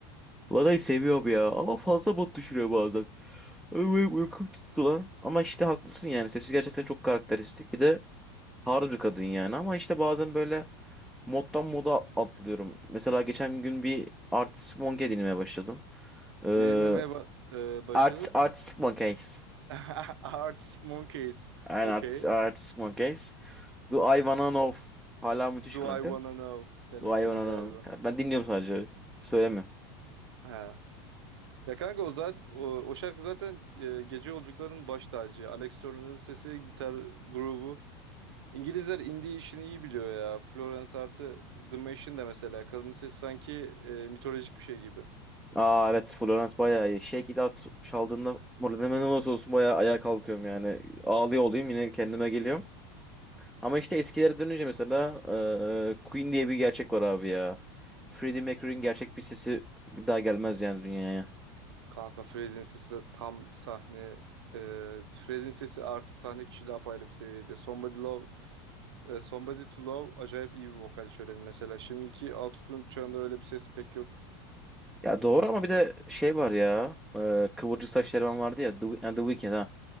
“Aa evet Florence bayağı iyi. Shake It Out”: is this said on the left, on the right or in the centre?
Centre